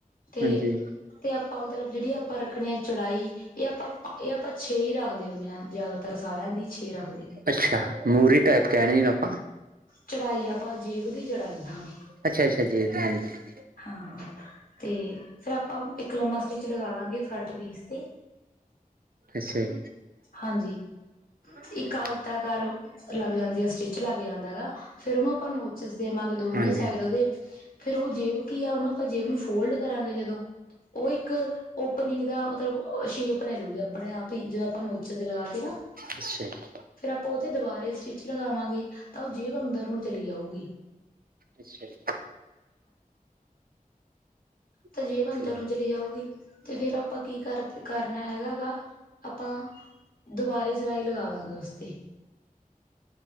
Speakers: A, on the left; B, on the right.
A: ਤੇ-ਤੇ
B: ਹਾਂਜੀ।
A: ਆਪਾਂ ਮਤਲਬ ਜੇੜੀ ਆਪਾਂ ਰੱਖਣੀ ਆ ਚੌੜਾਈ ਏ ਆਪਾਂ ਏ ਆਪਾਂ ਛੇ ਈ ਰੱਖਦੇ ਹੁੰਣੇ ਆਂ ਜਿਆਦਾਤਰ ਸਾਰਿਆਂ ਦੀ ਛੇ ਰੱਖ
B: ਅੱਛਾ ਮੂਰੀ ਟਾਈਪ ਕੈਣੇ ਈ ਆਪਾਂ
A: ਚੜਾਈ ਆਪਾਂ ਜੇਬ ਦੀ ਚੜਾਈ ਹਾਂ
B: ਅੱਛਾ-ਅੱਛਾ ਜੇਬ ਦੀ ਹਾਂਜੀ।
A: ਹਾਂ-ਹਾਂ। ਤੇ ਫੇਰ ਆਪਾਂ ਇੱਕ ਲੰਮਾ ਸਟਿਚ ਲਗਾ ਦਾਂਗੇ ਫਰੰਟ ਪੀਸ ਤੇ
B: ਅੱਛਾ ਜੀ,
A: ਹਾਂਜੀ, ਇੱਕ
B: ਹਾਂਜੀ-ਹਾਂਜੀ,
A: ਆ ਈ ਐ ਕਰ ਲੱਗ ਜਾਂਦੀ ਐ ਸਟਿੱਚ ਲੱਗ ਜਾਂਦਾ ਹੈਗਾ। ਫੇਰ ਓਨੂੰ ਆਪਾਂ ਨੋਚਿਸ ਦੇਵਾਂਗੇ ਦੋਨੇ
B: ਹਾਂਜੀ-ਹਾਂਜੀ,
A: ਸਾਈਡ ਓਦੇ ਫੇਰ ਓ ਜੇਬ ਕੀ ਆ ਓਨੂੰ ਆਪਾਂ ਜੇਬ ਨੂੰ ਫੋਲਡ ਕਰਾਂਗੇ ਜਦੋਂ ਓ ਇੱਕ ਓਪਨ ਈ ਦਾ ਮਤਲਬ ਸ਼ੇਪ ਪ ਲੈ ਲੂਗੀ ਆਪਣੇ ਆਪ ਈ ਜਦੋਂ ਆਪਾਂ ਨੋਚਿਸ ਲਗਾ ਤੇ ਨਾ
B: ਅੱਛਾ ਜੀ।
A: ਫੇਰ ਆਪਾਂ ਓਥੇ ਦੋਬਾਰੇ ਸਟਿਚ ਲਗਾਵਾਂਗੇ ਤਾਂ ਓ ਜੇਬ ਅੰਦਰ ਨੂੰ ਚਲੀ ਜਾਊਗੀ।
B: ਅੱਛਾ ਜੀ।
A: ਤੇ ਜੇਬ
B: ਓਕੇ,
A: ਅੰਦਰ ਨੂੰ ਚਲੀ ਜਾਊਗੀ ਤੇ ਫੇਰ ਆਪਾਂ ਕੀ ਕਰ ਕਰਨਾ ਹੈਗਾ ਗਾ ਆਪਾਂ ਦੋਬਾਰੇ ਸਿਲਾਈ ਲਗਾਦਾਂਗੇ ਉਸਤੇ।